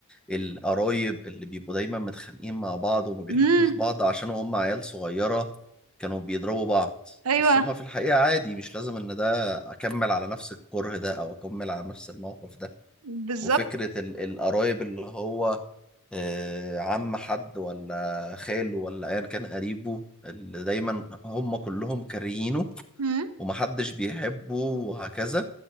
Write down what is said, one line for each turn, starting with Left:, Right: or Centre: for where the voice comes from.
Centre: القرايب اللي بيبقوا دايما متخانقين مع بعض وما بيحبوش
Right: امم
Centre: بعض عشان هم عيال صغيرة كانوا بيضربوا بعض
Right: ايوه
Centre: بس هم في الحقيقة عادي مش لازم إن ده أكمل على نفس الكره ده أو أكمل على نفس الموقف ده
Right: بالظبط
Centre: وفكرة ال- القرايب اللي هو آه، عم حد ولا خاله ولا أيا كان قريبه اللي دايما هم كلهم كارهينه
Right: امم
Centre: ومحدش بيحبه وهكذا